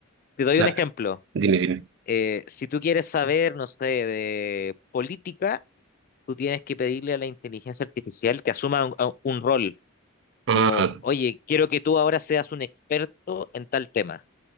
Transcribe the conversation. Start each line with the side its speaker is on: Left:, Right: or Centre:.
Left: te doy
Right: ah,
Left: un ejemplo.
Right: dime, dime.
Left: Eh, si tú quieres saber, no sé, de política, tú tienes que pedirle a la inteligencia artificial que asuma un, a- un rol,
Right: Ah,
Left: como, oye, quiero que tú ahora seas un experto en tal tema.